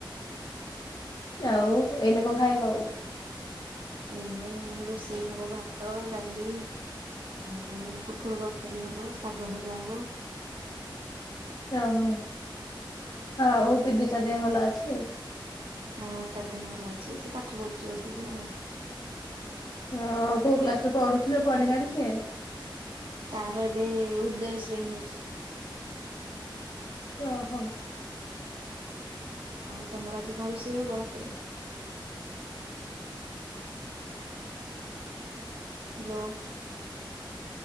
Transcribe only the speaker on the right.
ଏଇନେ ରୋଷେଇ ହବ ଭାତ ଡାଲି ଆଉ ବୋଉ ପୋଟଳ ତରକାରୀ ହବ ଶାଗ ଭଜା ହବ।
ହଁ ତା ଦେହ ଭଲ ଅଛି। ସେ ପାଠ ପଢ଼ୁଛି ବସିକି ଆଉ।
ତାର ଏବେ ଉଦୟ ଶ୍ରେଣୀ ହେଇଛି।
ଆଉ ତମର ଆଜି କଣ ରୋଷେଇ ହବ ରାତିରେ? Hello